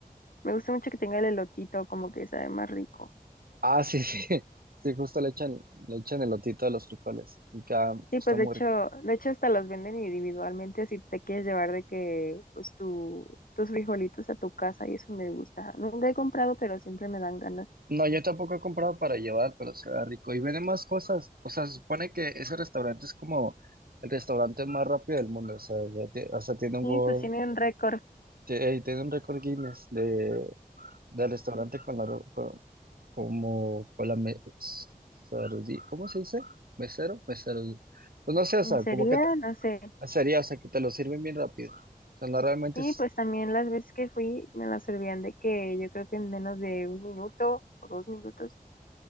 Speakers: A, on the left; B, on the right.
A: Me gusta mucho que tenga el elotito, como que sabe más rico.
B: Ah, sí, sí, <laughs> sí, justo le echan, le echan elotito a los frijoles y ca-
A: Sí,
B: está
A: pues
B: muy
A: de hecho,
B: rico.
A: de hecho hasta los venden individualmente si te quieres llevar de que pues tu, tus frijolitos a tu casa y eso me gusta. Nunca he comprado, pero siempre me dan ganas.
B: No, yo tampoco he comprado para llevar, pero se ve rico. Y venden más cosas, o sea, se supone que ese restaurante es como el restaurante más rápido del mundo, o sea, ya tie- hasta tiene un
A: Sí,
B: World
A: pues tiene un récord.
B: Sí, eh, tiene un récord Guinness de, del restaurante con la, ro- con- como, con la me- sarudí- ¿cómo se dice? ¿Mesero? Mesero. Pues no sé, o
A: Ujú.
B: sea,
A: Sería,
B: como que te-
A: no sé.
B: sería, o sea, que te lo sirven bien rápido. O sea, no realmente
A: Sí,
B: es...
A: pues también las veces que fui me las servían de que yo creo que en menos de un minuto o dos minutos.